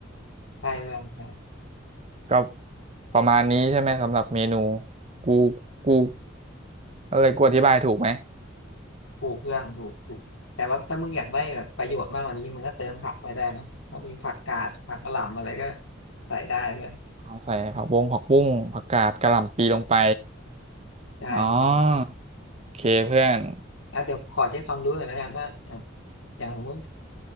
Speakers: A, on the left (about 85°); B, on the right (about 35°).
A: ใช่เพื่อนใช่
B: ก็ประมาณนี้ใช่ไหมสำหรับเมนูกูกูอะไรกูอธิบายถูกไหม
A: ถูกเพื่อนถูกถูกแต่ว่าถ้ามึงอยากได้แบบประโยชน์มากกว่านี้มึงก็เติมผักไปได้นะถ้ามีผักกาดผักกะหล่ำอะไรก็ใส่ได้เพื่อน
B: อ๋อใส่ผักบงผักบุ้งผักกาดกะหล่ำปีลงไป
A: ใช่ใช่
B: อ๋อ โอเคเพื่อน
A: อ่ะเดี๋ยวขอเช็คความรู้หน่อยแล้วกันว่าอ่ะอย่างสมมติ